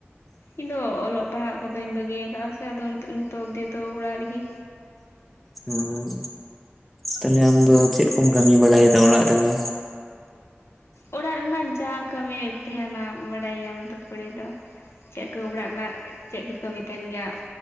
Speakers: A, on the left; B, in the centre.
A: ᱤᱧ ᱫᱚ ᱚᱞᱚᱜ ᱯᱟᱲᱦᱟᱜ ᱠᱚᱫᱚᱧ ᱵᱟᱹᱜᱤᱭᱟᱠᱟᱜ-ᱟ ᱥᱮ ᱟᱫᱚ ᱱᱤᱛᱚᱜ ᱱᱤᱛᱚᱜ ᱚᱵᱫᱤ ᱫᱚ ᱚᱲᱟᱜ ᱨᱤᱜᱤ᱾
B: ᱚᱸᱻ ᱛᱟᱦᱚᱞᱮ ᱟᱢ ᱫᱚ ᱪᱮᱫ ᱠᱚᱢ ᱠᱟᱹᱢᱤ ᱵᱟᱲᱟᱭᱮᱫᱟ ᱚᱲᱟᱜ ᱨᱮᱫᱚ?
A: ᱚᱲᱟᱜ ᱨᱮᱱᱟᱜ ᱡᱟᱦᱟᱸ ᱠᱟᱹᱢᱤ ᱛᱟᱦᱮᱸᱱᱟ ᱵᱟᱰᱟᱭ ᱜᱮᱭᱟᱹᱢ ᱛᱚ ᱠᱩᱲᱤ ᱫᱚ᱾ ᱪᱮᱫ ᱠᱚ ᱚᱲᱟᱜ ᱨᱮᱱᱟᱜ ᱪᱮᱫ ᱠᱚ ᱠᱟᱹᱢᱤ ᱛᱟᱦᱮᱱ ᱜᱮᱭᱟ?